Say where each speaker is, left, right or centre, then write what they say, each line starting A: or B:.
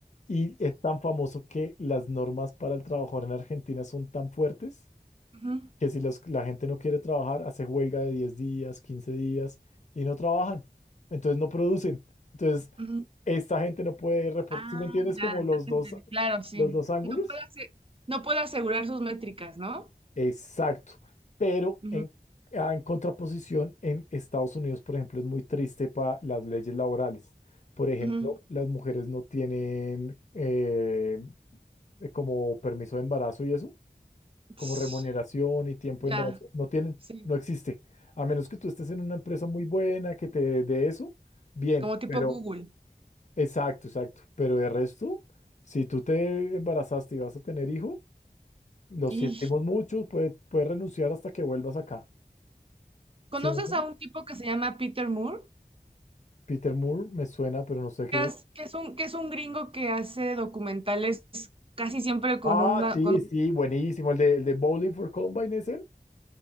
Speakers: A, on the left; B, on the right.
A: Y es tan famoso que las normas para el trabajador en Argentina son tan fuertes
B: ujú,
A: que si los- la gente no quiere trabajar, hace huelga de 10 días, 15 días y no trabajan. Entonces no producen. Entonces
B: ujú.
A: esta gente no puede reportar.
B: Ah,
A: ¿Sí me entiendes?
B: ya,
A: Como
B: ya
A: los
B: te
A: dos,
B: entendí. Claro, sí.
A: los dos ángulos.
B: No puede ase- no puede asegurar sus métricas, ¿no?
A: Exacto, pero
B: Ujú,
A: en, ah, en contraposición, en Estados Unidos, por ejemplo, es muy triste para las leyes laborales. Por ejemplo,
B: ujú.
A: las mujeres no tienen eh, eh, como permiso de embarazo y eso, como
B: Ts,
A: remuneración y tiempo
B: Ya,
A: de embarazo. No tienen,
B: sí.
A: no existe. A menos que tú estés en una empresa muy buena que te dé eso, bien,
B: como tipo
A: pero
B: Google.
A: exacto, exacto. Pero de resto, si tú te embarazaste y vas a tener hijo, lo
B: ¿Y
A: sentimos mucho, puedes puedes renunciar hasta que vuelvas acá.
B: conoces
A: Sí, me suena.
B: a un tipo que se llama Peter Moore?
A: Peter Moore me suena, pero no sé qué.
B: Que es, que es un, que es un gringo que hace documentales casi siempre con
A: Ah,
B: una...
A: Sí,
B: Con,
A: sí, sí. sí, buenísimo. ¿El de, el de Bowling for Columbine es él?